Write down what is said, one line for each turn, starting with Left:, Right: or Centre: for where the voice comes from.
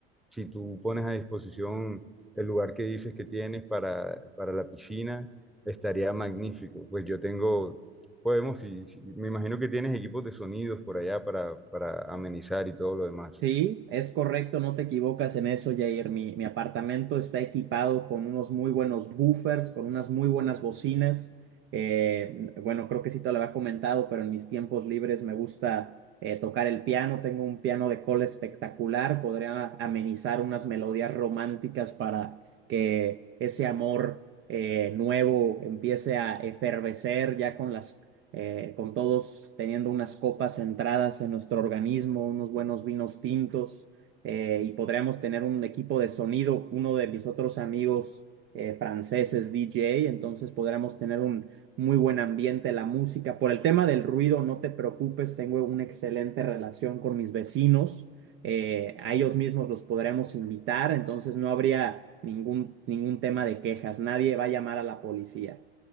Centre: si tú pones a disposición el lugar que dices que tienes para, para la piscina, estaría magnífico. Pues yo tengo, podemos, si- si- me imagino que tienes equipos de sonidos por allá para, para amenizar y todo lo demás.
Right: sí, es correcto, no te equivocas en eso, Jair. Mi, mi apartamento está equipado con unos muy buenos buffers, con unas muy buenas bocinas. Eh, bueno, creo que sí te lo había comentado, pero en mis tiempos libres me gusta eh, tocar el piano. Tengo un piano de cola espectacular. Podría amenizar unas melodías románticas para que ese amor eh, nuevo empiece a efervecer ya con las eh, con todos teniendo unas copas centradas en nuestro organismo, unos buenos vinos tintos, eh, y podríamos tener un equipo de sonido, uno de mis otros amigos eh, franceses, DJ, entonces podríamos tener un muy buen ambiente, la música. Por el tema del ruido, no te preocupes, tengo una excelente relación con mis vecinos, eh, a ellos mismos los podremos invitar, entonces no habría ningún, ningún tema de quejas, nadie va a llamar a la policía.